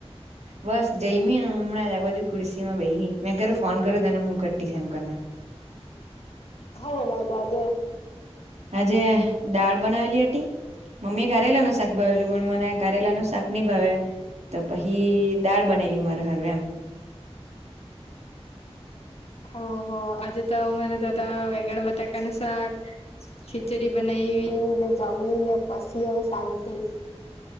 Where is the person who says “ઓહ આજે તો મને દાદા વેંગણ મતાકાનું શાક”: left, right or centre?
Left